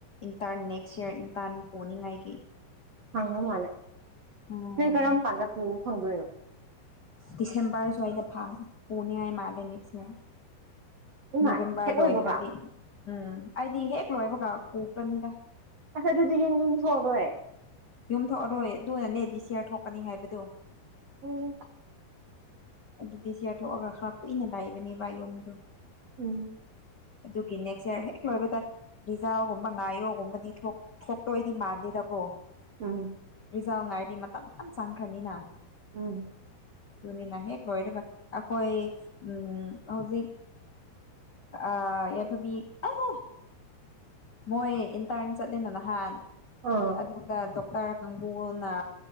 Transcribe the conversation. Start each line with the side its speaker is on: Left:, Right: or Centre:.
Left: ꯏꯟꯇꯔꯟ ꯅꯦꯛꯁ ꯁ꯭ꯌꯔ ꯏꯟꯇꯔꯟ ꯄꯨꯅꯤꯡꯉꯥꯏꯒꯤ
Right: ꯐꯪꯕ ꯃꯥꯜꯂꯦ
Left: ꯎꯝ
Right: ꯅꯣꯏ ꯀꯔꯝ ꯀꯥꯟꯗ ꯄꯨꯕ ꯐꯪꯗꯣꯏꯅꯣ
Left: ꯗꯤꯁꯦꯝꯕꯔ ꯁ꯭ꯋꯥꯏꯗ ꯐꯪꯉ ꯄꯨꯅꯤꯡꯉꯥꯏ ꯃꯥꯜꯂꯦ ꯅꯤꯛꯁ ꯌꯔ
Right: ꯏꯃꯥꯏ
Left: ꯅꯕꯦꯝꯕꯔ
Right: ꯍꯦꯛ ꯂꯣꯏꯕꯒ
Left: ꯂꯣꯏꯈ꯭ꯔꯗꯤ ꯎꯝ ꯑꯩꯗꯤ ꯍꯦꯛ ꯂꯣꯏꯕꯒ ꯄꯨꯈ꯭ꯔꯅꯤꯗ
Right: ꯑꯁ ꯑꯗꯨꯗꯤ ꯍꯦ ꯌꯨꯝ ꯊꯣꯛꯑꯔꯣꯏ
Left: ꯌꯨꯝ ꯊꯣꯛꯑꯔꯣꯏ ꯑꯗꯨꯅꯅꯦ ꯗꯤꯁ ꯌꯥꯔ ꯊꯣꯛꯀꯅꯤ ꯍꯥꯏꯕꯗꯨ
Right: ꯑꯝ
Left: ꯑꯗꯨ ꯗꯤꯁ ꯌꯥꯔ ꯊꯣꯛꯑꯒ ꯈꯔ ꯀꯨꯏꯅ ꯂꯩꯕꯅꯦꯕ ꯌꯨꯝꯗꯨ
Right: ꯎꯝ
Left: ꯑꯗꯨꯒꯤ ꯅꯦꯛꯁ ꯌꯥꯔ ꯍꯦꯛ ꯂꯣꯏꯕꯗ ꯔꯤꯖꯥꯜꯒꯨꯝꯕ ꯉꯥꯏꯌꯣꯒꯨꯝꯕꯗꯤ ꯊꯣꯛ ꯊꯣꯛꯇꯣꯏꯗꯤ ꯃꯥꯟꯗꯦꯗꯀꯣ
Right: ꯎꯝ
Left: ꯔꯤꯖꯥꯜ ꯉꯥꯏꯔꯗꯤ ꯃꯇꯝꯗꯤ ꯌꯥꯝ ꯆꯪꯈ꯭ꯔꯅꯤꯅ
Right: ꯎꯝ
Left: ꯑꯗꯨꯅꯤꯅ ꯍꯦꯛ ꯂꯣꯏꯔꯒ ꯑꯈꯣꯏ ꯎꯝ ꯍꯧꯖꯤꯛ ꯑꯥ ꯌꯥꯏꯐꯕꯤ ꯑꯪ ꯃꯣꯏ ꯏꯟꯇꯔꯟ ꯆꯠꯂꯦꯅ ꯅꯍꯥꯟ
Right: ꯑꯥ
Left: ꯑꯗꯨꯗ ꯇꯣꯞ ꯇꯔ ꯅꯝꯕꯣꯜꯅ